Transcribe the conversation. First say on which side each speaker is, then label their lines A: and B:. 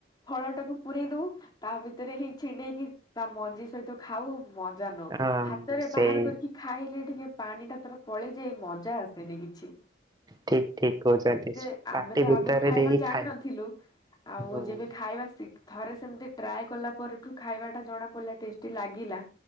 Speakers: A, on the left; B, on the right.
A: ଫଳ ଟାକୁ ପୁରେଇ ଦଉ ତା ଭିତରେ ହିଁ ଛିଣ୍ଡେଇକି ତା ମଞ୍ଜି ସହିତ ଖାଉ। ମଜା ନଉ
B: ହଁ
A: ହାତରେ
B: ସେଇ
A: ବାହାର କରିକି ଖାଇଲେ ଟିକେ ପାଣି ଟା ତାର ପଳେଇ ଯାଇ ମଜା ଆସେନି କିଛି।
B: ଠିକ୍ ଠିକ୍ କହୁଛନ୍ତି।
A: ରେ
B: ପାଟି
A: ଆମେ ତ
B: ଭିତରେ
A: ଆଗରୁ ଖାଇବା
B: ଦେଇ
A: ଜାଣିି
B: ଖାଏ
A: ନଥିଲୁ ଆଉ
B: ହଁ।
A: ଯେବେ ଖା ଖାଇବା ସିକ ଥରେ ସେମତି ଟ୍ରାଏ କଲା ପରେଠୁ ଖାଇବାଟା ଜଣା ପଡିଲା ଟେଷ୍ଟି ଲାଗିଲା